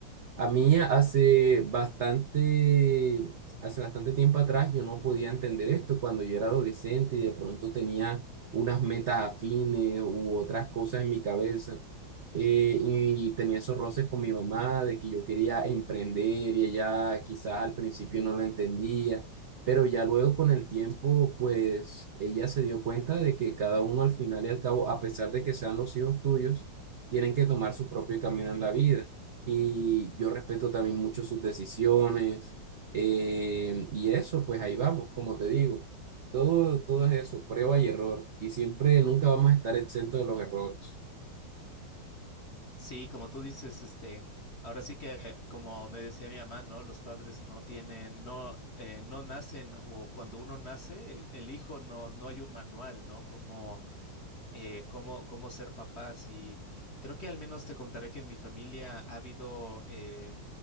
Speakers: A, on the right; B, on the left.
A: A mí hace bastante, hace bastante tiempo atrás yo no podía entender esto cuando yo era adolescente y de pronto tenía unas metas afines u otras cosas en mi cabeza. eh, y tenía esos roces con mi mamá de que yo quería emprender y ella quizás al principio no lo entendía, pero ya luego con el tiempo, pues ella se dio cuenta de que cada uno al final y al cabo, a pesar de que sean los hijos tuyos, tienen que tomar su propio camino en la vida y yo respeto también mucho sus decisiones. eh, y eso, pues ahí vamos, como te digo, todo, todo es eso, prueba y error. Y siempre, nunca vamos a estar exentos de los errores.
B: Sí, como tú dices, este, ahora sí que, como me decía mi mamá, ¿no? Los padres no tienen, no, eh, no nacen, o cuando uno nace, el hijo no, no hay un manual, ¿no? como eh, cómo, cómo ser papás y creo que al menos te contaré que en mi familia ha habido, eh,